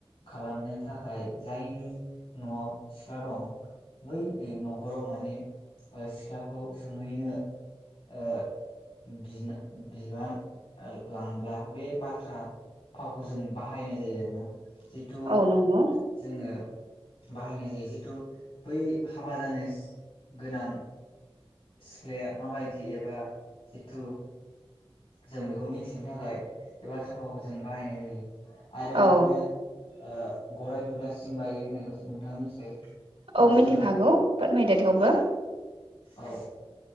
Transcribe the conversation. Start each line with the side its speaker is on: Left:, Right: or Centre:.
Left: खालामनो थाखाय जायनि न'आव सिख्ला दं बै न'खराव माने सिख्लाखौ ओ सोंहैनो ओ बिना-बिबान लां ब्ला बे बाथ्रा भावखौ जों बाहायनाय जायो आरो ना। जितु
Right: औ नंगौ
Left: जोङो बाहायनाय जायो जिथु बै हाबा जानो गोनां सिख्लाया माबायदि एबा जिथु जों बेखौ मिथिनो थाखाय बे बाथ्रा फावखौ जों बाहायनाय जायो आरो
Right: औ
Left: बिदिनो ओ गराय नुब्ला सिं बायो होननायखौ नोंथाङा मिथिखायो
Right: औ
Left: नङा होमब्ला
Right: मिन्थिखागौ फोरमायदो थेवबो।
Left: औ